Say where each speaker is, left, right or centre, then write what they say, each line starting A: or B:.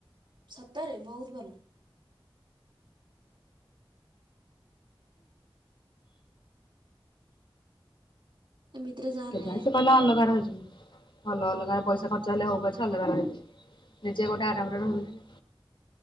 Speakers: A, on the right (about 60°); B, on the left (about 60°).
A: ସତରେ ବହୁତ ଭଲ। ଏମିତି ରେ ଯାହେଲେ
B: ସେଥିପାଇଁ ସେ କହିଲା ଅଲଗା ରହିଯିବୁ। ଭଲ ଅଲଗା ପଇସା ଖର୍ଚ୍ଚ ହେଲେ ହଉ ପଛେ ଅଲଗା ରହିବି। ନିଜେ ଗୋଟେ ଆରାମରେ ରହିବି ନା।